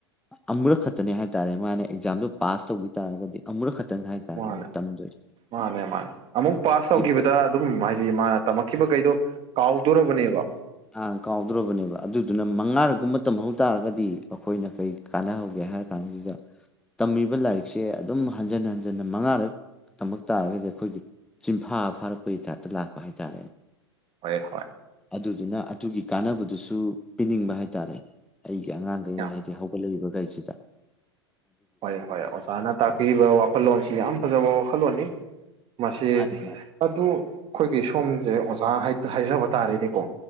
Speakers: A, in the centre; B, on the right.
A: ꯑꯃꯨꯔꯛ ꯈꯛꯇ ꯈꯛꯇꯅꯦ ꯍꯥꯏꯇꯥꯥꯔꯦ ꯃꯥꯅ ꯑꯦꯛꯖꯥꯝꯗꯣ ꯄꯥꯁ ꯇꯧꯈꯤ ꯇꯥꯔꯒꯗꯤ ꯑꯃꯨꯔꯛ ꯈꯛꯇꯅꯤ ꯍꯥꯏꯕ ꯇꯥꯔꯦ
B: ꯃꯥꯅꯦ
A: ꯇꯝꯗꯣꯏ
B: ꯃꯥꯅꯦ ꯃꯥꯅꯦ ꯑꯃꯨꯛ ꯄꯥꯁ ꯇꯧꯈꯤꯕꯗ
A: ꯄꯣꯠ
B: ꯑꯗꯨꯝ ꯍꯥꯏꯗꯤ ꯃꯥꯅ ꯇꯝꯃꯛꯈꯤꯕꯈꯩꯗꯣ ꯀꯥꯎꯗꯣꯔꯕꯅꯦꯕ
A: ꯑ ꯀꯥꯎꯗ꯭ꯔꯕꯅꯦꯕ ꯑꯗꯨꯗꯨꯅ ꯃꯉꯥꯔꯛꯒꯨꯝꯕ ꯇꯝꯍꯧ ꯇꯥꯔꯒꯗꯤ ꯑꯈꯣꯏꯅ ꯀꯩ ꯀꯥꯟꯅꯍꯧꯒꯦ ꯀꯩ ꯍꯥꯏꯔ ꯀꯥꯟꯁꯤꯗ ꯇꯝꯃꯤꯕ ꯂꯥꯏꯔꯤꯛꯁꯦ ꯑꯗꯨꯝ ꯍꯟꯖꯤꯟ ꯍꯟꯖꯟꯅ ꯃꯉꯥꯔꯛ ꯇꯃꯛ ꯇꯥꯔꯒꯗꯤ ꯑꯈꯣꯏꯒꯤ ꯆꯤꯟꯐꯥ ꯐꯥꯔꯛꯄꯒꯤ ꯇꯥꯏꯞꯇ ꯂꯥꯛꯄ ꯍꯥꯏꯇꯥꯥꯔꯦꯅꯦ
B: ꯍꯣꯢ ꯍꯣꯏ
A: ꯑꯗꯨꯗꯨꯅ ꯑꯗꯨꯒꯤ ꯀꯥꯟꯅꯕꯗꯨꯁꯨ ꯄꯤꯅꯤꯡꯕ ꯍꯥꯏꯇꯥꯔꯦ ꯑꯩꯒꯤ ꯑꯉꯥꯡꯈꯩ
B: ꯌꯥꯝꯅ
A: ꯍꯥꯏꯗꯤ ꯍꯧꯒꯠꯂꯛꯏꯕ ꯒꯩꯁꯤꯗ
B: ꯍꯣꯏ ꯍꯣꯏ ꯑꯣꯖꯥꯅ ꯇꯥꯛꯄꯤꯔꯤꯕ ꯋꯥꯈꯜꯂꯣꯟꯁꯤ ꯌꯥꯝ ꯐꯖꯕ ꯋꯥꯈꯜꯂꯣꯟꯅꯤ ꯃꯁꯤ
A: ꯃꯥꯅꯤ ꯃꯥꯅꯤ
B: ꯑꯗꯨ ꯑꯈꯣꯏꯒꯤ ꯁꯣꯝꯁꯦ ꯑꯣꯖꯥ ꯍꯥꯏꯖꯕ ꯇꯥꯔꯦꯅꯦꯀꯣ